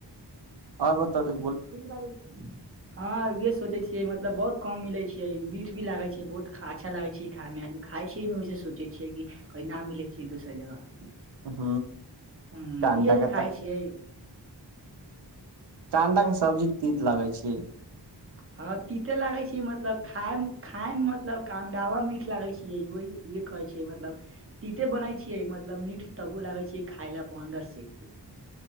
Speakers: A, on the right; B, on the right.
A: आओर बताबी
B: ठीक बारु हँं उहे सोचे छियै मतलब बहुत कम मिले छैियै मीठ भी लागे छैियै बहुत अच्छा लागे छै खाय मे आज खााय छियै ने ओहिस सोचै छियै कि कहि न मिलै छियै दोसर जगह
A: ह
B: ह
A: चन्दा
B: इहे से
A: के
B: खाय
A: त
B: छियै
A: टांडा के सब्जी तीत लगै छै
B: हँ तीते लागे छी मतलब खाय खाय मे मतलब अंडावा मीठ लागे छै उह कहै छैियै मतलब तीते बनै छियै मतलब मीठ तबो लागे छै खाय ल अन्दर से